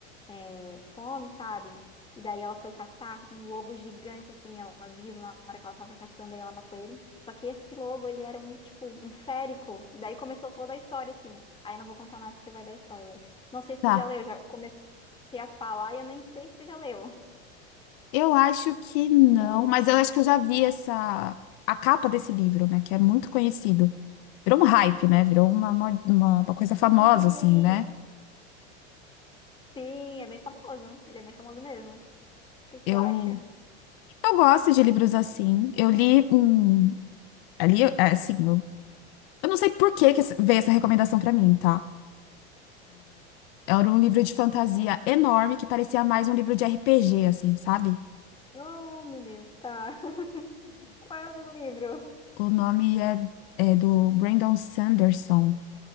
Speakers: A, on the left (about 15°); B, on the left (about 60°).
A: é, fome, sabe? E daí ela foi caçar um lobo gigante, assim, ela viu na hora que ela tava caçando, aí ela matou ele. Só que esse lobo, ele era um, tipo, um férico. E daí começou toda a história, assim. Aí não vou contar mais porque vai dar spoiler. Não sei se
B: Tá.
A: tu já leu, já comecei a falar e eu nem sei se tu já leu.
B: Eu acho que não,
A: Já leu?
B: mas eu acho que eu já vi essa a capa desse livro, né, que é muito conhecido. Virou um hype, né? Virou uma, mo- uma, uma coisa famosa
A: Sim!
B: assim, né?
A: Sim, é bem famoso. Ele é bem famoso mesmo. O que que
B: Eu
A: tu acha?
B: eu gosto de livros assim. Eu li um ali eu- é, assim, eu, eu não sei por que que essa- veio essa recomendação pra mim, tá? Era um livro de fantasia enorme que parecia mais um livro de RPG assim, sabe?
A: Oh, meu Deus, tá. <laughs> Qual é o livro?
B: O nome é, é do Brandon Sanderson.